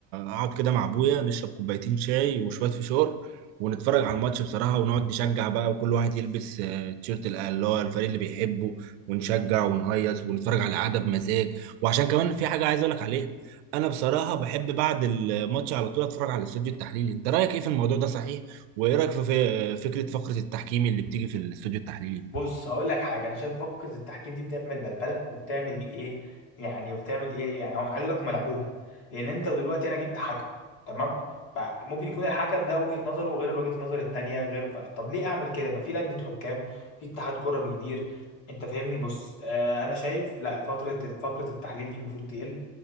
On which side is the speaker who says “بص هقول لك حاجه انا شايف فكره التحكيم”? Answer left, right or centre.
Left